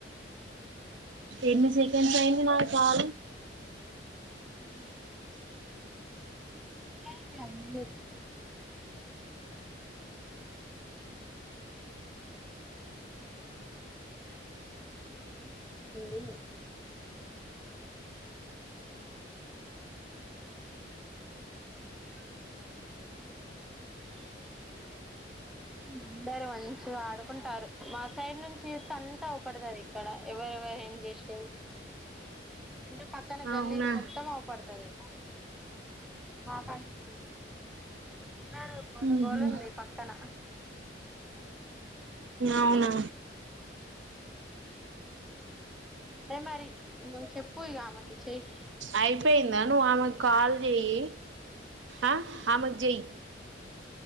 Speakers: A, on the right (about 85°); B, in the centre.
A: ఎన్ని సెకండ్స్ అయ్యింది నా కాలు
B: నైన్ సెకండ్స్ కాదు మినిట్ నైన్ మినిట్స్ అయ్యిందా అందరు మంచిగా ఆడుకుంటారు మా సైడ్ నుంచి చూత్తే అంతా అవుపడతది ఇక్కడ ఎవరెవరు ఏం చేసేది అంటే పక్కన గల్లీది
A: అవునా
B: మొత్తం అవుపడతది మాకంచెల్లి అందరు మను
A: ఊహూ
B: గోలుంది పక్కన
A: అవునా
B: అదే మరి నువ్వు చెప్పుయిగా ఆమెకి చేయ్
A: అయిపోయిందా నువ్వు ఆమెకు కాల్ చెయ్యి అ ఆమెకి జెయ్